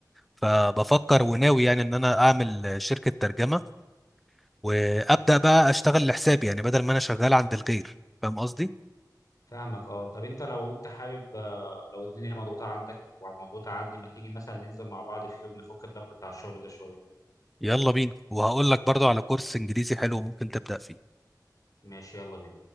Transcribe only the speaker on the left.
فاهمك اه طب انت لو انت حابب آه، لو الدنيا مضغوطه عندك ومضغوطه عندي ما تيجي مثلا ننزل مع بعض في يوم نفك الضغط بتاع الشغل ده شويه
ماشي يلا بينا